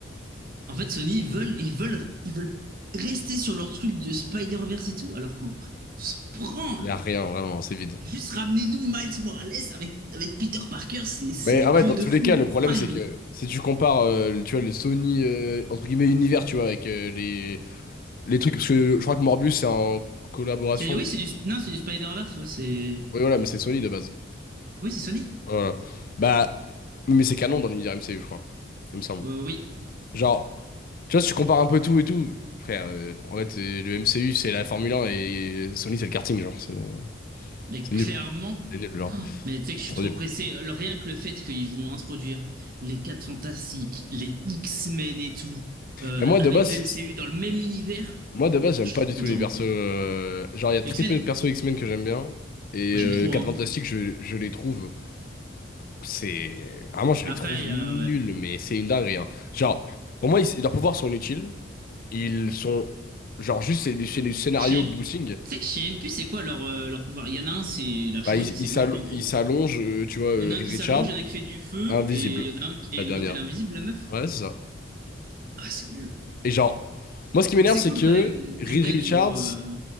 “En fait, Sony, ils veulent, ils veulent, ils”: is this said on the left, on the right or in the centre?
Right